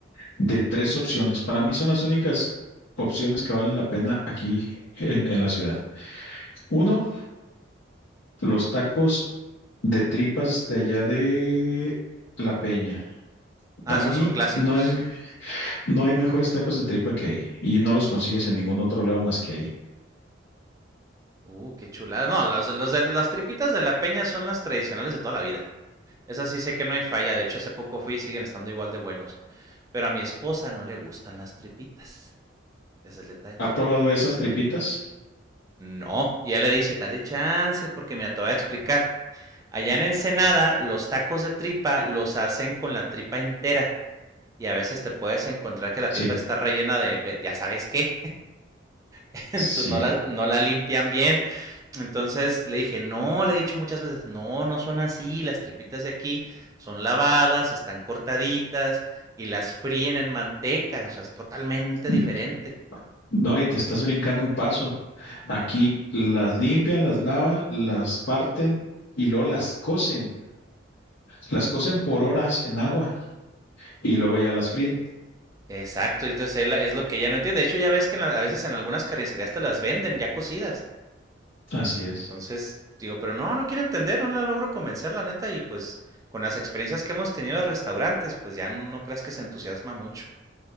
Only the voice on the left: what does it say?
de tres opciones. Para mí son las únicas opciones que valen la pena aquí en, en la ciudad. Uno, los tacos de tripas de allá de La Peña.
Para
mí
no hay No hay mejores tacos de tripa que ahí y no los consigues en ningún otro lado más que ahí.
¿Ha probado esas tripitas?
Sí,
sí.
N-
No, y te estás brincando un paso. Aquí las limpian, las lavan, las parten y luego las cocen. Las cocen por horas en agua y luego ya las fríen.
Así es.